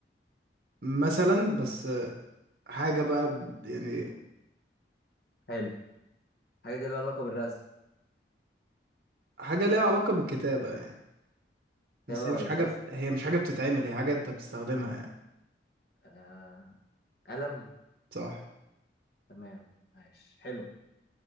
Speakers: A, on the right (about 55°); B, on the left (about 60°).
A: مثلا بس حاجة بقى ب- يعني
B: حلو حاجة دي لها علاقة بالرسم
A: حاجة ليها علاقة بالكتابة يعني بس
B: كتابة
A: هي مش
B: ولا
A: حاجة
B: رسم
A: بت... هي مش حاجة بتتعمل هي حاجة انت بتستخدمها يعني
B: آه... قلم
A: صح
B: تمام ماشي حلو